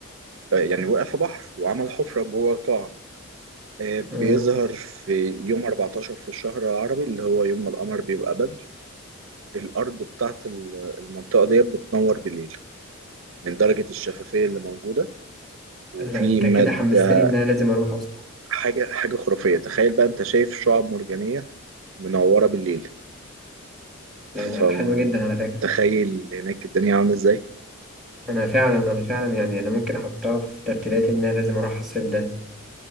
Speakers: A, on the right (about 65°); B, in the centre.
A: آه، يعني وقع في بحر وعمل حفرة جوه القاع آه، بيظهر
B: مم.
A: في يوم 14 في الشهر العربي اللي هو يوم ما القمر بيبقى بدر الأرض بتاعت ال- المنطقة دي بتنور بالليل من درجة الشفافية اللي موجودة وفي
B: لا أنت
A: مادة
B: كده حمستني إن أنا لازم أروح أصلا
A: حاجة حاجة خرافية تخيل بقى أنت شايف شعاب مرجانية منورة بالليل فتخيل
B: لا لا حلوة جدا على فكرة
A: هناك الدنيا عاملة إزاي
B: أنا فعلا أنا فعلا يعني أنا ممكن أحطها في ترتيباتي إن أنا لازم أروح الصيف ده